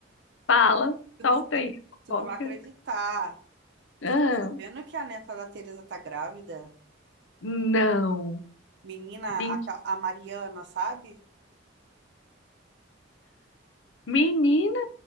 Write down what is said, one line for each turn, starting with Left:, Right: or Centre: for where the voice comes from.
Left: Fala,
Right: Tu
Left: solta
Right: não, sa-
Left: aí, fofoca.
Right: tu não vai acreditar.
Left: Ah,
Right: Tu tá sabendo que a neta da Tereza tá grávida?
Left: não,
Right: Menina,
Left: mentira.
Right: a, ca- a Mariana, sabe?
Left: Menina,